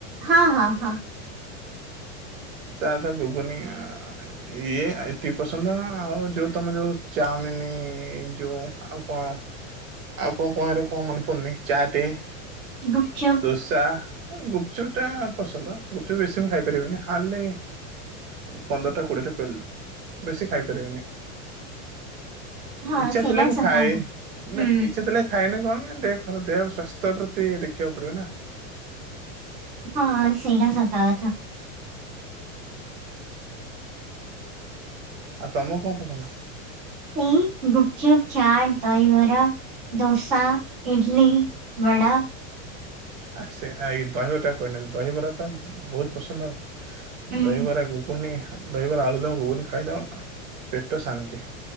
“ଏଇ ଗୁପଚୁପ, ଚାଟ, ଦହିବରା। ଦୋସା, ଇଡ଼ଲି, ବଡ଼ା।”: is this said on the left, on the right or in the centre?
Right